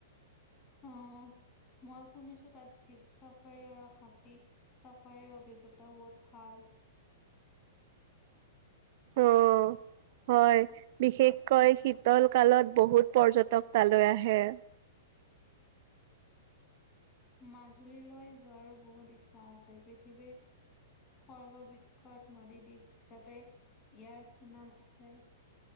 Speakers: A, on the left; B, on the right.
A: অম মই শুনিছো তাত জীপ চাফাৰী আৰু হাতী চাফাৰীৰ অভিজ্ঞতাও বহুত ভাল। ভাল
B: অম হয় বিশেষকৈ শীতল কালত বহুত পৰ্যটক তালৈ আহে।
A: <inaudible> মাজুলীলৈ যোৱাৰো বহুত ইচ্ছা আছে পৃথিৱীৰ সৰ্ববৃক্ষৎ নদীদ্বীপ হিচাপে ইয়াৰ সুনাম আছে।